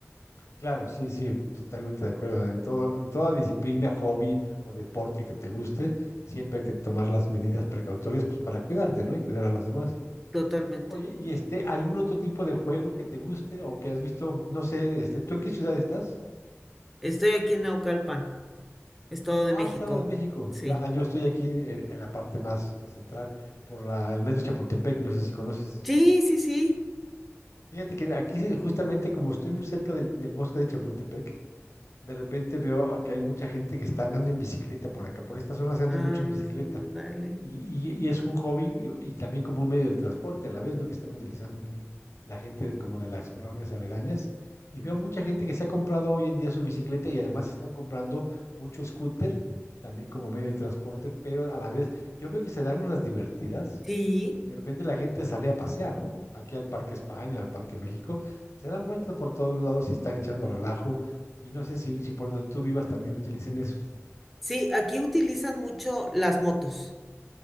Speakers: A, on the left; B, in the centre.
A: Claro, sí, sí, totalmente de acuerdo. En todo, en toda disciplina, hobby o deporte que te guste, siempre hay que tomar las medidas precautorias pues para cuidarte, ¿no? Y cuidar a los demás.
B: Totalmente.
A: Oye, ¿y este algún otro tipo de juego que te guste o que has visto? No sé, este, ¿tú en qué ciudad estás?
B: Estoy aquí en Naucalpan, Estado de
A: Ah,
B: México.
A: Estado de México.
B: Sí.
A: Ya, ah, yo estoy aquí en, en la parte más central por la, el metro Chapultepec, no sé si conoces.
B: Sí, sí, sí.
A: Fíjate que aquí sí, justamente como estoy muy cerca del, del bosque de Chapultepec, De repente veo a que hay mucha gente que está andando en bicicleta por acá, por esta zona se anda
B: Ándale.
A: mucho en bicicleta y, y- y es un hobby y, y también como un medio de transporte a la vez, ¿no? Que están utilizando aquí la gente de- como de las colonias aledañas. Y veo mucha gente que se ha comprado hoy en día su bicicleta y además están comprando mucho scooter también como medio de transporte, pero a la vez yo veo que se dan unas divertidas
B: Sí,
A: y de repente la gente sale a pasear, ¿no? Aquí al Parque España, al Parque México, se dan vueltas por todos lados y están echando relajo. Y no sé si, si por donde tú vivas también utilicen esos.
B: sí, aquí utilizan mucho las motos.